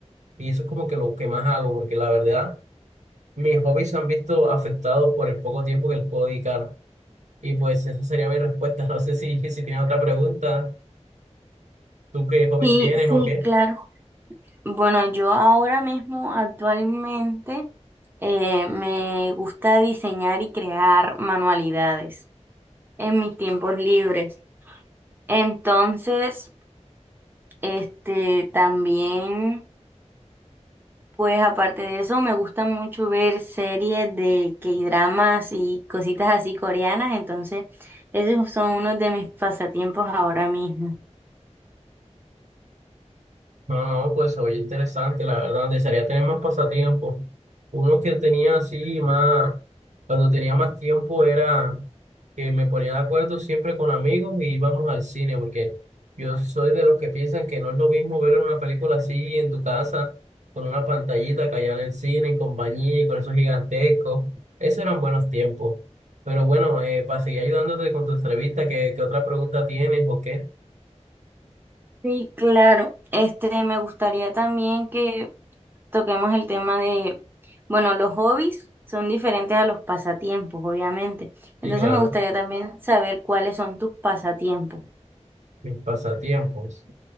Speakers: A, on the right; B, on the right.
A: Y eso es como que lo que más hago, porque la verdad, mis hobbies se han visto afectados por el poco tiempo que les puedo dedicar. Y pues esa sería mi respuesta. <laughs> No sé si, si tienen otra pregunta. ¿Tú qué hobby
B: Sí,
A: tienes
B: sí,
A: o qué?
B: claro. Bueno, yo ahora mismo actualmente eh, me gusta diseñar y crear manualidades en mis tiempos libres. Entonces, este también, pues aparte de eso, me gusta mucho ver series de K-dramas y cositas así coreanas. Entonces, esos son unos de mis pasatiempos ahora mismo.
A: No, no, pues oye, interesante, la verdad. Desearía tener más pasatiempos. Uno que tenía así más, cuando tenía más tiempo era que me ponía de acuerdo siempre con amigos y íbamos al cine, porque yo soy de los que piensan que no es lo mismo ver una película así en tu casa, con una pantallita que allá en el cine, en compañía y con esos gigantescos. Esos eran buenos tiempos. Pero bueno, eh, para seguir ayudándote con tu entrevista, ¿qué, qué otra pregunta tienes o qué?
B: Sí, claro. Este, me gustaría también que toquemos el tema de, bueno, los hobbies son diferentes a los pasatiempos, obviamente. Entonces
A: Sí, claro.
B: me gustaría también saber cuáles son tus pasatiempos.
A: Mis pasatiempos.